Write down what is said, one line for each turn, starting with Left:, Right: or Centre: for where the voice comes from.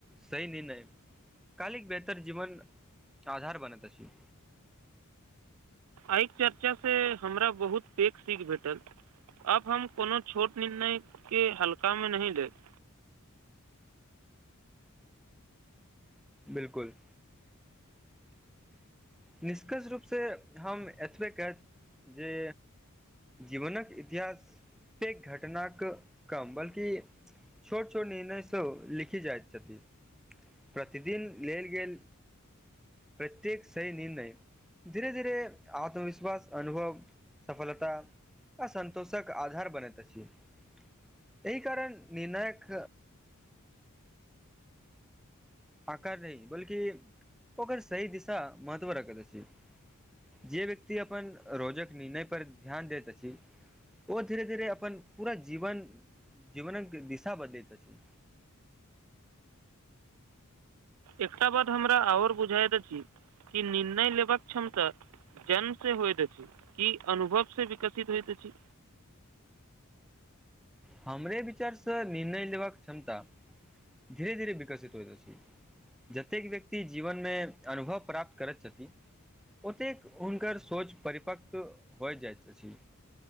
Centre: सही निर्णय कालिक बेहतर जीवन आधार बनैत अछि
Right: आइ चर्चा से हमरा बहुत पेक सीख भेटत आब हम कोनो छोट निर्णयके हल्कामे नहि देब
Centre: बिलकुल निष्कर्ष रूपसे हम एतबे क जे जीवनक इतिहास प घटनाक कम बल्कि छोट छोट निर्णय सब लिखी जाइत छथिन प्रतिदिन लेल गेल प्रत्येक सहि निर्णय धीरे धीरे आत्मविश्वास अनुभव सफलता आ सन्तोष क आधार बनैत अछि यैहि कारण निर्णायक आकार रह बल्कि ओकर सही दिशा महत्व रखैत अछि जे व्यक्ति अपन रोजक निर्णय पर ध्यान दैत अछि ओ धीरे धीरे अपन पूरा जीवन जीवनक दिशा बदलैत अछि
Right: एकटा बात हमरा आओर बुझाइत अछि कि निर्णय लेबक क्षमता जन्म से होइत अछि कि अनुभव से विकसित होइत अछि
Centre: हमरे विचारसँ निर्णय लेबाक क्षमता धीरे धीरे विकसित होइत अछि जतेक व्यक्ति जीवनमे अनुभव प्राप्त करैत छथिन ओतेक हुनकर सोच परिपक्व होइ जाइत अछि